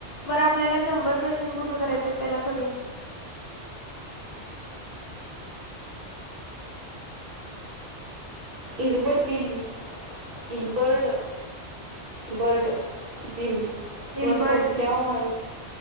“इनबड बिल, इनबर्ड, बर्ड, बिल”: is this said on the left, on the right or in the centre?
Right